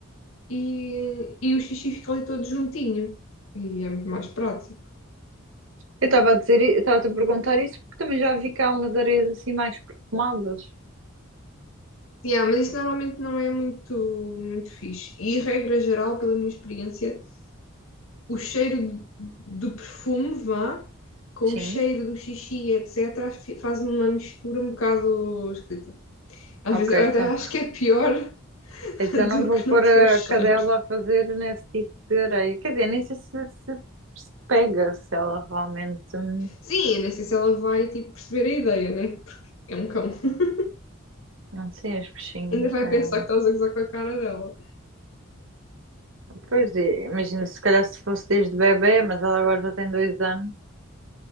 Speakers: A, on the left (about 80°); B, on the right (about 70°).
A: e, e o xixi fica ali todo juntinho. E é muito mais prático.
B: Eu estava a dizer, eu estava-te a perguntar isso porque também já vi que há umas areias assim mais perfumadas.
A: Yeah, mas isso normalmente não é muito, muito fixe. E regra geral, pela minha experiência, o cheiro do perfume, vá, com
B: Sim.
A: o cheiro do xixi, etc., faz uma mistura um bocado esquisita. Às
B: Ok,
A: vezes
B: então.
A: eu até acho que é pior <laughs>
B: Então não
A: do
B: vou
A: que
B: pôr
A: não ter
B: a
A: cheiro.
B: cadela a fazer nesse tipo de areia. Quer dizer, nem sei se, se, se pega, se ela realmente. hum,
A: Sim, eu sei se ela vai tipo, perceber a ideia, né? Porque é um cão. <laughs>
B: Não sei, os peixinhos.
A: Ainda vai
B: É...
A: pensar que estás a gozar com a cara dela.
B: Pois é, imagina se calhar se fosse desde bebê, mas ela agora já tem dois anos.